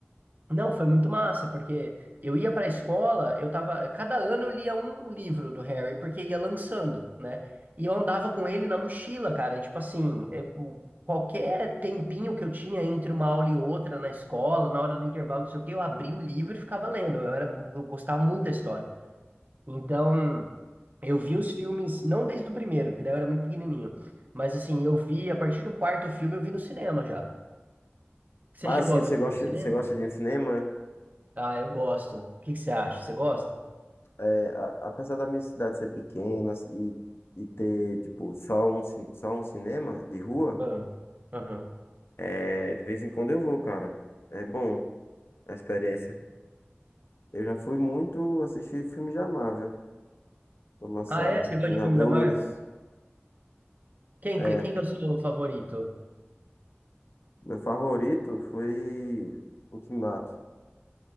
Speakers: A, on the right (about 40°); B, on the left (about 65°).
A: Não, foi muito massa, porque eu ia para a escola, eu tava, cada ano eu lia um livro do Harry, porque ia lançando, né? E eu andava com ele na mochila, cara, e, tipo assim, é, o- qualquer tempinho que eu tinha entre uma aula e outra na escola, na hora do intervalo, não sei o quê, eu abria o livro e ficava lendo. Eu era, eu gostava muito da história. Então, eu vi os filmes, não desde o primeiro, porque daí eu era muito pequenininho, mas assim, eu vi a partir do quarto filme, eu vi no cinema já. Você
B: Mas
A: chegou
B: assim,
A: a ver
B: você gosta,
A: no cinema?
B: você gosta de ir no cinema?
A: Ah, eu gosto. O que que você acha? Você gosta?
B: É, a- apesar da minha cidade ser pequena e, e ter, tipo, só um, ci- só um cinema de rua,
A: Ah, aham.
B: é, de vez em quando eu vou, cara. É bom a experiência. Eu já fui muito assistir filmes da Marvel, quando lançava.
A: Ah, é? Você gosta
B: Vingadores.
A: de filme da Marvel? Quem
B: É,
A: que, quem que é o seu favorito?
B: meu favorito foi Ultimato.